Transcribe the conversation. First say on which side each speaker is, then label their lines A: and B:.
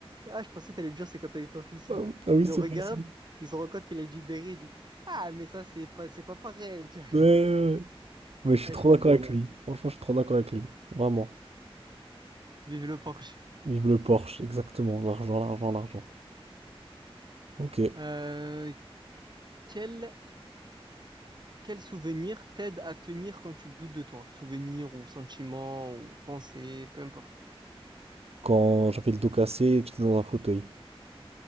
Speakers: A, on the right (about 45°); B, on the right (about 80°).
A: Ah, je pensais que t'allais me dire c'est quand t'as eu ton fils.
B: Ah oui, ah oui,
A: Il
B: c'est
A: le regarde,
B: vrai. c'est vrai.
A: il se rend compte qu'il a dû derrière, il dit Ah, mais ça, c'est pas, c'est pas pareil. <laughs>
B: Ouais, ouais, ouais. Mais je suis
A: Ah,
B: trop
A: j'étais
B: d'accord
A: mort.
B: avec lui. Franchement, je suis trop d'accord avec lui. Vraiment.
A: Vive le Porsche.
B: Vive le Porsche, exactement. L'argent, l'argent, l'argent. Ok.
A: Euh, quel, quel souvenir t'aide à tenir quand tu doutes de toi? Souvenir ou sentiment ou pensée, peu importe.
B: Quand j'avais le dos cassé et que j'étais dans un fauteuil,